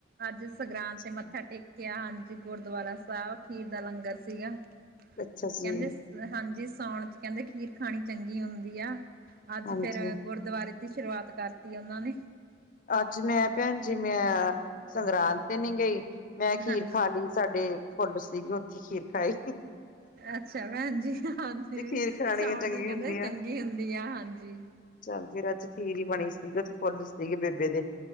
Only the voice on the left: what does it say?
ਨੇ
ਅੱਛਾ ਜੀ
ਹਾਂਜੀ
ਅੱਜ ਮੈਂ ਭੈਣ ਜੀ, ਮੈਂ ਸੰਗਰਾਂਦ ਤੇ ਨਈ ਗਈ, ਮੈਂ ਖੀਰ
ਖਾ ਲਈ ਸਾਡੇ ਫੁੱਲ ਸੀਗੇ, ਉੱਥੇ ਖੀਰ ਖਾ ਆਈ
ਜੇ ਖੀਰ ਖਾਣੀ
ਚੰਗੀ
ਹੁੰਦੀ
ਆ
ਚੱਲ ਫਿਰ ਅੱਜ ਖੀਰ ਬਣੀ ਸੀਗੀ, ਤੇ ਫੁੱਲ ਸੀਗੇ ਬੇਬੇ ਦੇ